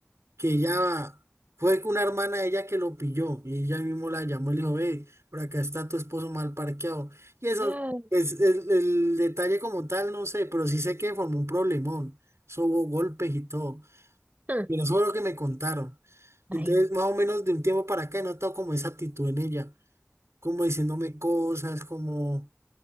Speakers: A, on the right; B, on the right.
A: que ella fue una hermana de ella que lo pilló y ella mismo la llamó y le dijo, ve, por acá está tu esposo mal parqueado. Y eso
B: Ah,
A: es el, el detalle como tal, no sé, pero sí sé que formó un problemón. Eso hubo golpes y todo.
B: hmm.
A: Y eso fue lo que me contaron. Entonces,
B: Ay,
A: más o menos de un tiempo para acá he notado como esa actitud en ella, como diciéndome cosas, como